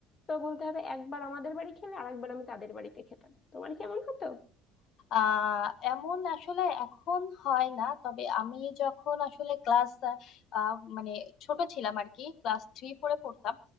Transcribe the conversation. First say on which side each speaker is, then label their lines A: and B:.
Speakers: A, on the left (about 35°); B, on the left (about 60°).
A: তো বলতে হবে একবার আমাদের বাড়ি খেলে আরেকবার আমি তাদের বাড়িতে খেতাম তোমার কেমন হতো
B: আহ এমন আসলে এখন হয় না তবে আমি যখন আসলে ক্লাস মানে ছোট ছিলাম আর কি ক্লাস থ্রি ফোরে পড়তাম